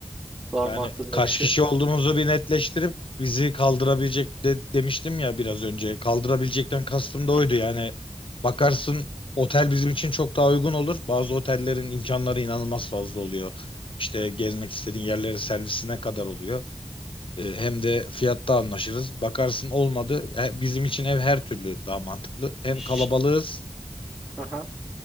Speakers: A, in the centre; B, on the left (about 50°).
A: Var
B: Yani
A: mı aklında
B: kaç
A: bir şey?
B: kişi olduğumuzu bir netleştirip bizi kaldırabilecek de, demiştim ya biraz önce. Kaldırabilecekten kastım da
A: Hı
B: oydu.
A: hı.
B: Yani bakarsın otel bizim için çok daha uygun olur. Bazı otellerin imkanları inanılmaz fazla oluyor. İşte gezmek istediğin yerlere servisine kadar oluyor. Ee, hem de fiyatta anlaşırız. Bakarsın olmadı. He- Bizim için ev her türlü daha mantıklı. Hem
A: Ş-
B: kalabalığız.
A: Aha.